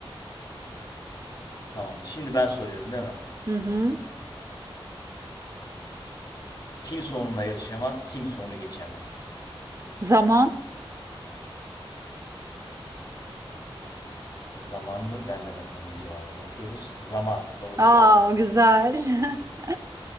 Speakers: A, on the left; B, on the right.
A: Tamamdır. Şimdi ben soruyorum değil mi?
B: Hı hı.
A: Kimse onunla yarışamaz, kimse onu geçemez.
B: Zaman.
A: Zaman mı? Ben de bakmadım cevaba. Bakıyoruz. Zaman. Doğru
B: Aa,
A: cevap.
B: güzel. <laughs>